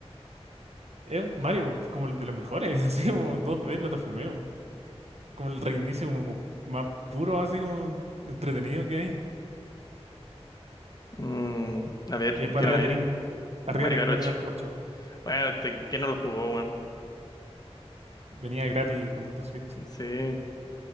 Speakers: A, on the right (about 70°); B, on the left (about 35°).
A: Es un Mario como el de los mejores, <laughs> así como dos d plataformero. como el reinicio como más puro, así como entretenido que hay.
B: Mm, a ver,
A: Y después
B: ¿qué
A: arriba
B: más hay?
A: tenéis,
B: Mario
A: arriba tenéis
B: Garocho.
A: Mario Kart 8.
B: Bueno, este, ¿quién no lo jugó, weón?
A: Venía gratis con tu Switch.
B: Sí.